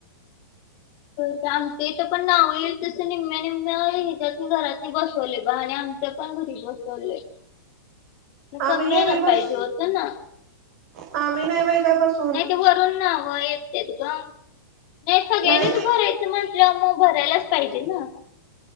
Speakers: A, on the left; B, on the right.
A: का आम ते तर पण नाव येईल तस निम्म्या निम्म्या त्या घरात बसवले. ब आणि आम, पण घरी बसवले
B: आम्ही
A: कमी
B: नाही
A: यायला
B: बाई बस
A: पाहिजे होतं ना.
B: आम्ही नाही बाे काय बस..
A: नाही ते वरून नावं येत ते त ग नाही सगळ्यांनीच
B: नाही नाही
A: भराय... म्र मग भरायलाच पाहिजे ना.